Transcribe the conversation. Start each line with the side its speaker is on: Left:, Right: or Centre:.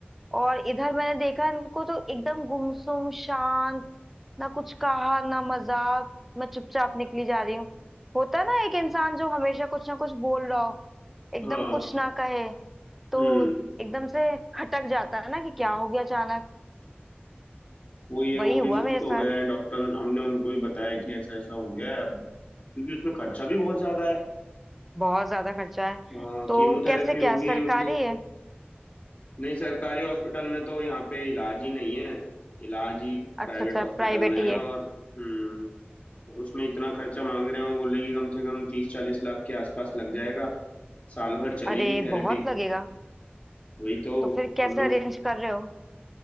Centre: और इधर मैंने देखा इनको तो एकदम गुमसुम शांत ना कुछ कहा ना मजाक मैं चुपचाप निकली जा रही हूँ होता है ना एक इंसान जो हमेशा कुछ ना कुछ बोल रहा हो एकदम
Left: हाँ
Centre: कुछ ना कहे तो
Left: हम्म
Centre: एकदम से खटक जाता है ना कि क्या हो गया अचानक
Left: वो ये वो
Centre: वही
Left: भी
Centre: हुआ
Left: सुस्त
Centre: मेरे
Left: हो
Centre: साथ
Left: गए हैं डॉक्टर हमने उनको भी बताया कि ऐसा ऐसा हो गया है अब क्योंकि उसमें खर्चा भी बहुत ज्यादा है
Centre: बहुत ज्यादा खर्चा है
Left: हाँ
Centre: तो
Left: कीमोथेरेपी
Centre: कैसे क्या
Left: होगी
Centre: सरकारी
Left: उसकी
Centre: है
Left: नहीं सरकारी हॉस्पिटल में तो यहाँ पे इलाज ही नहीं है इलाज ही प्राइवेट
Centre: अच्छा अच्छा
Left: हॉस्पिटल
Centre: प्राइवेट
Left: में है
Centre: ही है
Left: और हम्म और उसमें इतना खर्चा मांग रहे हैं वो बोल रहे हैं कि कम से कम तीस चालीस लाख के आसपास लग जाएगा साल भर चलेगी
Centre: अरे
Left: थेरेपी
Centre: बहुत लगेगा
Left: वही तो
Centre: तो फिर कैसे
Left: सब लोग
Centre: अरेंज कर रहे हो